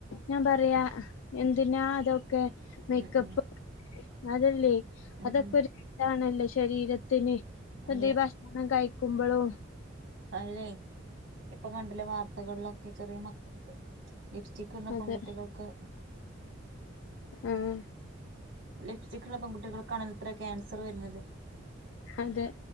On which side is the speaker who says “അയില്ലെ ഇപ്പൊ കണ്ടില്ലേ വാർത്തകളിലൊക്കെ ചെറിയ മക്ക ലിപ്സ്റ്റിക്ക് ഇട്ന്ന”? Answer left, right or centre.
Right